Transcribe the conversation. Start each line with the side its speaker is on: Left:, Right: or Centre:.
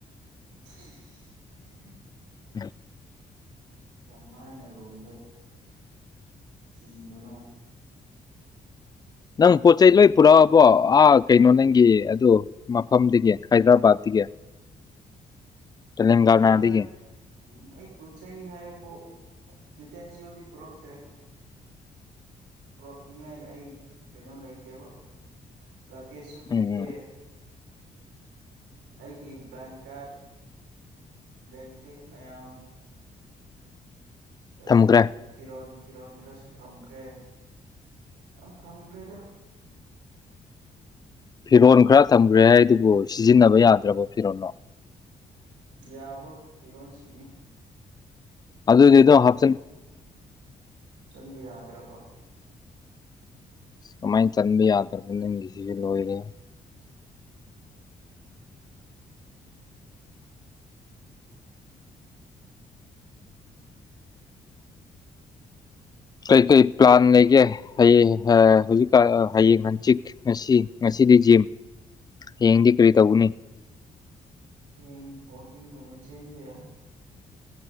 Right: ꯎ
Left: ꯎꯝ
Right: ꯀꯃꯥꯏꯅ ꯔꯣꯝꯗ ꯊꯤꯕꯅꯣ
Left: ꯅꯪ ꯄꯣꯠ ꯆꯩꯩ ꯂꯣꯏ ꯄꯨꯔꯛꯑꯕꯣ ꯑꯥ ꯀꯩꯅꯣ ꯅꯪꯒꯤ ꯑꯗꯨ ꯃꯐꯝꯗꯒꯤ ꯍꯥꯏꯗ꯭ꯔꯕꯥꯠꯇꯒꯤ ꯇꯂꯪꯒꯅꯥꯗꯤ
Right: ꯍꯣꯏ ꯂꯥꯏꯛ ꯑꯩ ꯄꯨꯠꯆꯩ ꯍꯥꯏꯕꯨ ꯌꯨꯇꯦꯟꯁꯤꯜꯗꯤ ꯄꯛ ꯇ꯭ꯔꯦ ꯄꯨꯔꯛꯅꯤꯉꯥꯏ ꯑꯩ ꯀꯩꯅꯣ ꯂꯩꯇꯦꯕ ꯂꯒꯦꯖꯁꯨ ꯄꯤꯛꯑꯦ
Left: ꯎꯝ ꯎꯝ
Right: ꯑꯩꯒꯤ ꯕ꯭ꯂꯥꯡꯀꯦꯠ ꯕ꯭ꯂꯦꯡꯀꯦꯠ ꯃꯌꯥꯝ ꯀꯔꯤ
Left: ꯊꯝꯈ꯭ꯔꯦ
Right: ꯀꯔꯤ ꯐꯤꯔꯣꯣꯟ ꯐꯤꯔꯣꯟ ꯈꯔꯁꯨ ꯊꯝꯈ꯭ꯔꯦ ꯌꯥꯝ ꯊꯝꯈ꯭ꯔꯦꯗ
Left: ꯐꯤꯔꯣꯜ ꯈꯔ ꯊꯝꯈ꯭ꯔꯦ ꯍꯥꯏ ꯑꯗꯨꯕꯨ ꯁꯤꯖꯤꯟꯅꯕ ꯌꯥꯗ꯭ꯔꯕꯣ ꯐꯤꯔꯣꯜꯅꯣ
Right: ꯌꯥꯕ ꯐꯤꯔꯣꯟꯁꯤꯡꯅꯤ ꯑꯗꯨꯕꯨ
Left: ꯑꯗꯨꯗꯣ
Right: ꯊꯝꯐꯝ
Left: ꯍꯥꯞ
Right: ꯆꯟꯕ ꯌꯥꯗ꯭ꯔꯕ
Left: ꯑ ꯀꯃꯥꯏꯅ ꯆꯟꯕ ꯌꯥꯒꯗꯔꯕ ꯅꯪꯒꯤꯁꯤꯁꯨ ꯂꯣꯏꯔꯦ
Right: ꯎꯝ
Left: ꯀꯩꯀꯩ ꯄ꯭ꯂꯥꯟ ꯂꯩꯒꯦ ꯍꯌꯦꯡ ꯍꯧꯖꯤꯛꯀꯥꯟ ꯍꯌꯦꯡ ꯍꯪꯆꯤꯛ ꯉꯁꯤ ꯉꯁꯤꯗꯤ ꯖꯤꯝ ꯍꯌꯦꯡꯗꯤ ꯀꯔꯤ ꯇꯧꯕꯅꯤ
Right: ꯍꯌꯦꯡ ꯋꯥꯜꯀꯤꯡꯒꯨꯝꯕ ꯆ°ꯟꯕ ꯌꯥꯏ